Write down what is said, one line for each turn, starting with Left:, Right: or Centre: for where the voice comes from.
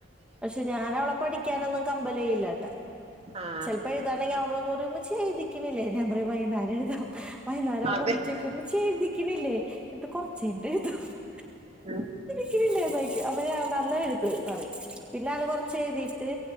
Centre: പക്ഷെ ഞാൻ അവളെ പഠിക്കാനൊന്നും കമ്പലേയ്യില്ലാട്ടാ
Right: ആഹ്
Centre: ചെലപ്പോ എയ്താണ്ടെങ്കി അവള് വന്ന് പറയും മ്മച്ചിയേ എയ്തിക്കുന്നില്ലേ ഞാൻ പറയും വൈന്നേരം എഴുതാ വൈന്നരാവുമ്പോ
Right: അതെ
Centre: പിടിച്ച് മ്മച്ചിയെ എഴുതിക്കിണില്ലേ നമ്മക്ക് കുറച്ചു കഴിഞ്ഞിട്ട് എഴുതാം <inaudible>
Right: ഉം
Centre: ക്കിനില്ലേ ന്നോയ്ക്കും അവര് നന്നായി എഴു ത് പറയും പിന്നെ ആൾ കൊറച്ച് എഴുതിട്ട്